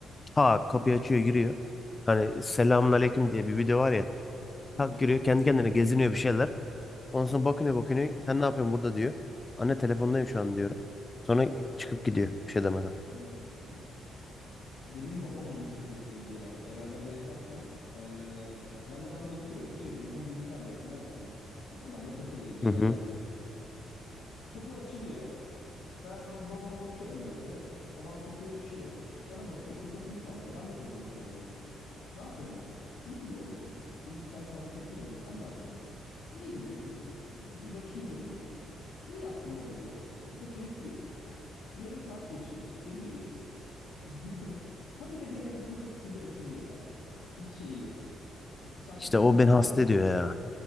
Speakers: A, on the left; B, on the left.
A: Tak
B: Hı
A: kapıyı
B: hı.
A: açıyor giriyor. Hani selamun aleyküm diye bir video var ya.
B: Hı
A: Kalk
B: hı.
A: giriyor kendi kendine geziniyor bir şeyler. Ondan sonra bakınıyor bakınıyor. Sen ne yapıyorsun burada diyor. Anne telefondayım şu an diyorum. Sonra çıkıp gidiyor bir şey demeden.
B: Hı hı. Benim babam onu çok yapıyordu ya. Beraber yaşarken eee, ben odamda oturuyorum. Sürekli zaten bilgisayar başındayım. Hani odamda takılıyorum. Bir
A: Hı
B: şeyler
A: hı.
B: yapıyorum. Kapı açılıyor. Ben ba- babama bakıyorum böyle. Babam kapıyı açıyor. Bana bakıyor. Kafasını sallıyor. Ben de kafamı sallıyorum. Ne yapıyorsun diyor. İyiyim baba diyorum. Bilgisayar falan takılıyorum. diyor. Sen ne yapıyorsun diyor. İyi diyor. Bir bakayım dedim diyor. İyi yaptın baba diyorum. Kapatıyor gidiyor. Yarım saat geçiyor. Geri geliyor. <laughs> Ha bir de benim odanın kapısı bir açılıyor yani. Hiç şey yok. Müsait
A: İşte
B: misin
A: o
B: falan
A: beni
B: zaten
A: hasta
B: yok.
A: ediyor ya.